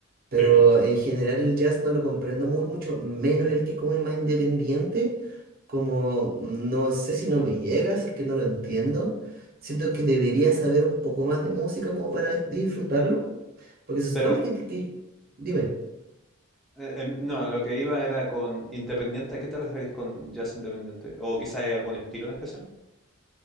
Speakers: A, on the right; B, in the centre.
A: pero
B: Sí.
A: en general el jazz no lo comprendo muy mucho, menos el que es como más independiente, como mm, no sé si no me llega, si es que no lo entiendo. Siento que debería saber un poco más de música como para disfrutarlo, porque se supone
B: Pero
A: que, te- que... Dime.
B: eh, eh, no, lo que iba era con independiente. ¿A qué te referís con jazz independiente? ¿O quizás hay algún estilo en especial?